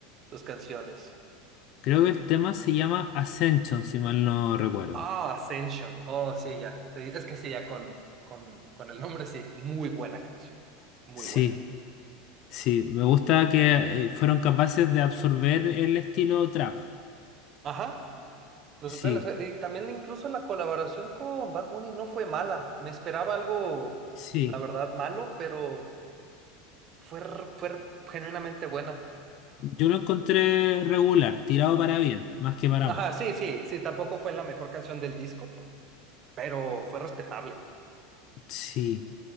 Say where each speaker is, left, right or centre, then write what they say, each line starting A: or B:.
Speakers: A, on the right (about 25°); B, on the left (about 35°).
A: sus canciones.
B: Creo que el tema se llama Ascension, si mal no recuerdo.
A: Ah, Ascension. Oh, sí, ya. Sí, Es que sí, ya con, con, con el nombre sí. Muy buena canción. Muy
B: Sí,
A: buena.
B: sí, me gusta que eh, fueron capaces de absorber el estilo trap.
A: Ajá. Lo
B: Sí,
A: supieron hacer. Y también incluso la colaboración con Bad Bunny no fue mala. Me esperaba algo,
B: sí.
A: la verdad, malo, pero fue, r- fue r- genuinamente buena.
B: Yo lo encontré regular, tirado para bien, más que para
A: Ajá,
B: mal.
A: sí, sí, sí, tampoco fue la mejor canción del disco, pero fue respetable.
B: Sí.